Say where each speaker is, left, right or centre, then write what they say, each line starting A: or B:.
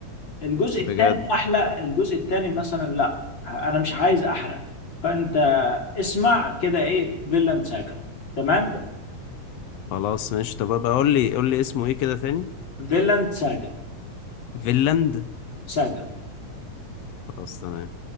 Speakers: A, on the left; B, on the left.
A: الجزء
B: بجد
A: الثاني احلى الجزء الثاني مثلا لا انا مش عايز احرق فانت اسمع كده ايه فيلاند ساجا تمام
B: خلاص ماشي طب ابقى قول لي قول لي اسمه ايه كده تاني
A: فيلاند ساجا
B: فينلاند
A: ساجا
B: خلاص تمام